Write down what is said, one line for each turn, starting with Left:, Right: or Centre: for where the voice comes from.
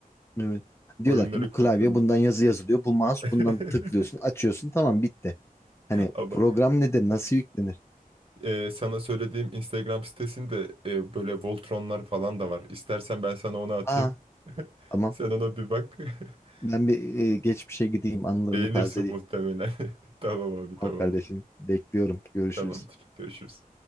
Left: evet. Diyorlar
Right: <laughs> Oyunları
Left: ki bu
Right: kopyalıyor.
Left: klavye bundan yazı yazılıyor. Bu mouse
Right: <laughs>
Left: bundan tıklıyorsun, açıyorsun. Tamam bitti. Hani
Right: Ama
Left: program ne de nasıl yüklenir?
Right: e, sana söylediğim Instagram sitesinde e, böyle Voltronlar falan da var. İstersen ben sana onu atayım.
Left: Aa
Right: <laughs>
Left: tamam.
Right: Sen ona bir bak. <laughs>
Left: Ben bir e, geçmişe gideyim, anılarımı
Right: Beğenirsin
Left: tazeleyeyim.
Right: muhtemelen. <laughs> Tamam abi
Left: Tamam
Right: tamamdır.
Left: kardeşim. Bekliyorum. Görüşürüz.
Right: Tamamdır. Görüşürüz.